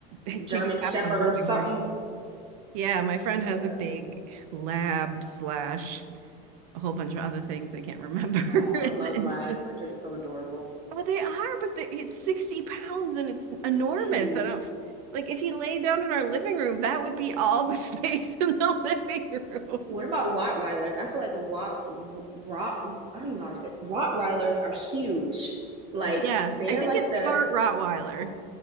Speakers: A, on the right (about 75°); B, on the right (about 25°).
A: ta-
B: German
A: take up half
B: Shepherd
A: of living
B: or something.
A: room. Yeah, my friend
B: Yeah.
A: has a big lab slash a whole bunch of other things I can't remember.
B: Oh, I
A: <laughs>
B: love
A: And
B: labs.
A: It's just
B: They're just so adorable.
A: well, they are, but the, it's 60 pounds and it's enormous.
B: Huge.
A: I don't like if you lay down in our living room, that would be all the <laughs> space in the living room.
B: What about Rottweilers? I feel like Rott, Rott, I don't even know how to speak. Rottweilers are huge. Like,
A: Yes,
B: they're
A: I think
B: like
A: it's part
B: the,
A: Rottweiler.